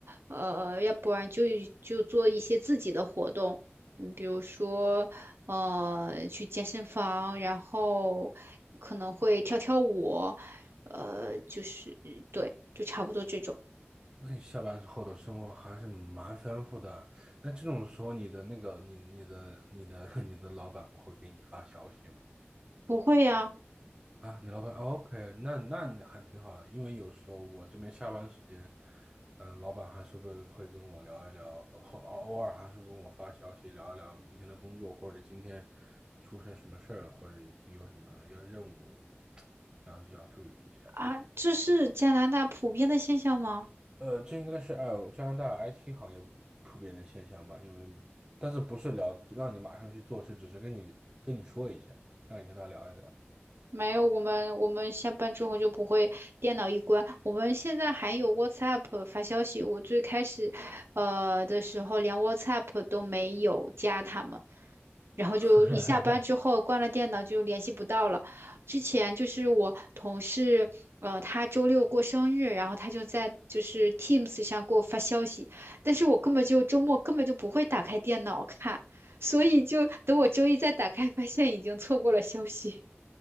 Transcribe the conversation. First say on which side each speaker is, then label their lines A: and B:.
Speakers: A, on the right (about 65°); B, on the right (about 20°).
A: 呃，要不然就就做一些自己的活动，嗯，比如说，呃，去健身房，然后可能会跳跳舞，呃，就是对，就差不多这种。
B: 那你下班之后的生活还是蛮丰富的。那这种时候，你的那个，你你的你的 <laughs> 你的老板不会给你发消息吗？
A: 不会呀，
B: 啊，你老板，OK，那那你还挺好的，因为有时候我这边下班时间，嗯、老板还是会会跟我聊一聊，呃或呃偶尔还是跟我发消息聊一聊明天的工作，或者今天出现什么事儿了，或者有什么要任务 <tsk> 要要注意一下，
A: 啊，
B: 有时候。
A: 这是加拿大普遍的现象吗？
B: 呃，这应该是爱尔加拿大 IT 行业普遍的现象吧，因为但是不是聊让你马上去做，是只是跟你跟你说一下，让你跟他聊一聊。
A: 没有，我们我们下班之后就不会电脑一关。我们现在还有 WhatsApp 发消息。我最开始，呃的时候连 WhatsApp 都没有加他们，然后就一下班之后关了电脑就联系不到了。
B: <laughs>
A: 之前就是我同事，呃，他周六过生日，然后他就在就是 Teams 上给我发消息，但是我根本就周末根本就不会打开电脑看，所以就等我周一再打开，发现已经错过了消息。